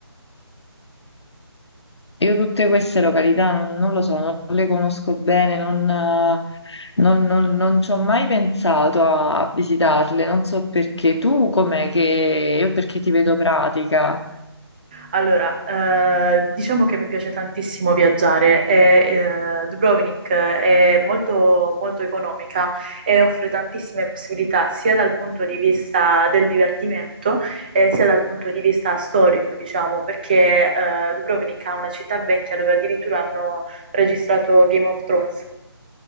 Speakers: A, on the left (about 80°); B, on the right (about 20°).
A: Io tutte queste località non, non lo so, non le conosco bene, non, eh, non- non- non ci ho mai pensato a visitarle, non so perché. Tu com'è che... Io perché ti vedo pratica.
B: Allora, eh, diciamo che mi piace tantissimo viaggiare e eh, Dubrovnik è molto, molto economica e offre tantissime possibilità sia dal punto di vista del divertimento eh, sia dal punto di vista storico, diciamo, perché eh, Dubrovnik ha una città vecchia dove addirittura hanno registrato Game of Thrones